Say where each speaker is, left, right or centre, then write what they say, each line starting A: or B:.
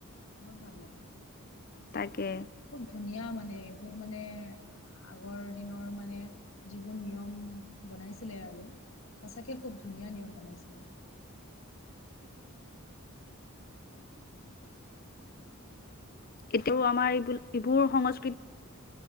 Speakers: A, on the left (about 60°); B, on the left (about 40°).
A: বহুত ভাল লাগে।
B: তাকে।
A: খুব, ধুনীয়া মানে, এইবোৰ মানে, আগৰ দিনৰ মানে যিবোৰ নিয়ম বনাইছিলে আৰু সঁচাকৈ খুব ধুনীয়া নিয়ম বনাইছিলে।
B: এতিয়াও আমাৰ এইবোৰ, এইবোৰ সংস্কৃতি